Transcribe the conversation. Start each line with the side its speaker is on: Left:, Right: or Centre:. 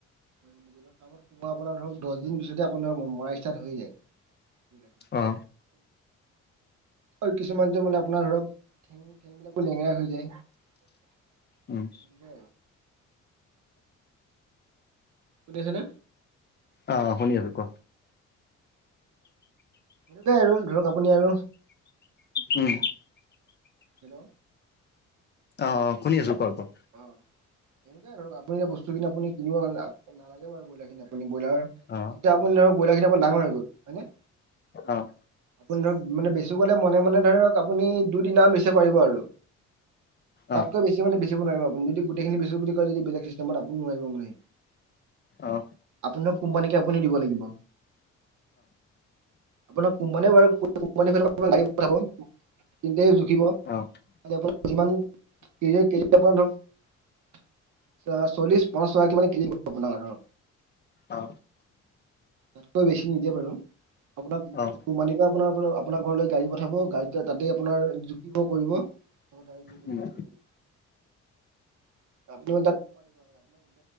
Right: মই আপুনা ধৰক, মই আপোনাৰ ধৰক দহ দিন পিছতে আপোন ধক মই আহিছু। দুটা ধৰিলে তেওঁ।
Left: অ
Right: অ', কিছুমান যে মানে আপোনাৰ ধৰক ঠেং ঠেং বিলাকো লেঙেৰা হৈ যায়। সেই।
Left: উম
Right: শুনিছেনে।
Left: অ ', শুনি আছো কোৱা?
Right: সেইতু আৰু ধৰক আপুনি আৰু
Left: উম।
Right: হেল্ল'।
Left: অ', শুনি আছো কোৱা কৱা
Right: অ', এনেকুৱাই ধৰক আপুনি বস্তুখিনি আপুনি কিনিব নালাগে বাৰু ব্ৰইলাৰ খিনি আপুনি। ব্ৰইলাৰ এতিয়া
Left: অ
Right: আপুনি ধৰক ব্ৰইলাৰ খিনি আৰু ডাঙৰ হৈ গ'ল হয় নে।
Left: অ, '
Right: আপুনি ধৰক, মানে বেছি গলে মনে মনে ধৰক আপুনি দুই তিনিাম লৈছে পাৰিব আৰু।
Left: অ
Right: তাতকৈ বেছি মানে। নোৱাৰ আুনি যদি গোটেইখিনি, বেচু বুলি কয় যদি বেলেগ চিষ্টমত আপুনি নোৱাৰিব মানে।
Left: অ
Right: আপোনাৰ কোম্পানীকে আপুনি দিব লাগিব। আপোনাৰ কোম্পানী বাৰু <unintelligible> দিয়ে সিহতহে জুখিব
Left: অ অ
Right: আপোন যিমান কেজি <unintelligible> চল্লিশ পঞ্চশ টকা মানে কেজি আপোনাক ধৰ,
Left: অ
Right: তাতকৈ বেছি নিদে বাৰু। আপোনাক
Left: অ
Right: কোম্পানী পৰা আপোনাৰ আপোনাৰ ঘৰলৈ গাড়ী পঠাব, গাড়ী তাতে আপোনাৰ জুকিব কৰিব। তহ তাৰে দুদিন
Left: উম
Right: কৰিব লগিছিল। <inaudible> আপোনি